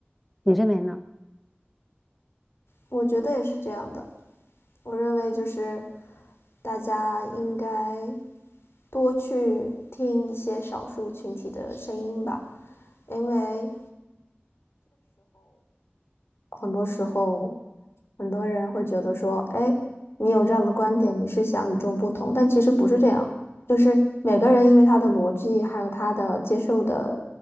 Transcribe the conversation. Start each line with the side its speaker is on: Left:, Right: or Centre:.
Centre: 你认为呢？
Left: 我觉得也是这样的。我认为就是大家应该多去听一些少数群体的声音吧，因为很多时候。很多人会觉得说，哎，你有这样的观点，你是想与众不同，但其实不是这样的就是每个人因为他的逻辑，还有他的接受的，